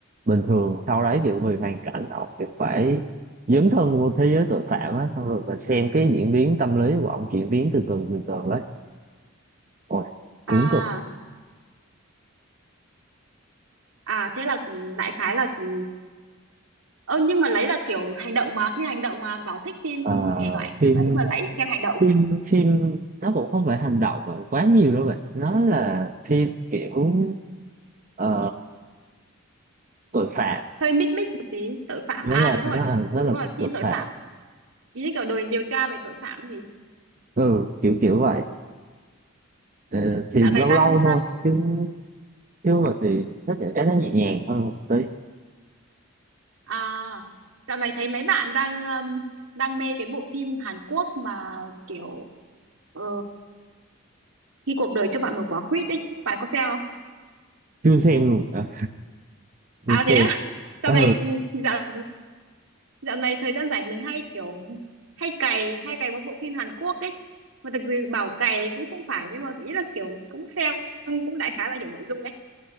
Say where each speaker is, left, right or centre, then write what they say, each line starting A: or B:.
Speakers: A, on the right (about 35°); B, on the right (about 80°).
A: bình thường sau đấy kiểu vì hoàn cảnh ông kiểu phải dấn thân vô thế giới tội phạm á xong rồi mình xem cái diễn biến tâm lý của ông chuyển biến từ từ từ từ đấy ôi cuốn
B: à
A: cực
B: à thế là đại khái là ừ, ơ nhưng mà lấy là kiểu hành động mà phim hành động mà bảo thích phim
A: à,
B: thể loại
A: phim
B: kiểu đấy mà lại xem hành động
A: phim phim nó cũng không phải hành động mà quá nhiều đâu bạn nó là phim kiểu ờ, tội phạm
B: hơi mích mích một tí tội phạm
A: đúng
B: à
A: rồi
B: đúng rồi
A: nó là rất
B: đúng
A: là
B: rồi
A: kiểu
B: phim
A: tội
B: tội
A: phạm
B: phạm ý kiểu đồi điều tra về tội phạm gì
A: ừ kiểu kiểu vậy Ờ, thì
B: dạo
A: lâu
B: này đang
A: lâu thôi chứ chứ mà thì thích những cái nó nhẹ nhàng hơn một tí
B: À, dạo này thấy mấy bạn đang um, đang mê cái bộ phim Hàn Quốc mà kiểu ờ, khi cuộc đời cho bạn một quả quýt ấy, bạn có xem không?
A: chưa xem luôn à, chưa
B: À
A: xem
B: thế á. Dạo
A: ừ
B: này ừ, dạo dạo này thời gian rảnh mình hay kiểu hay cày hay cày một bộ phim Hàn Quốc ấy. Mà thực sự bảo cày cũng không phải nhưng mà ý là kiểu cũng xem cũng đại khái là hiểu nội dung ấy.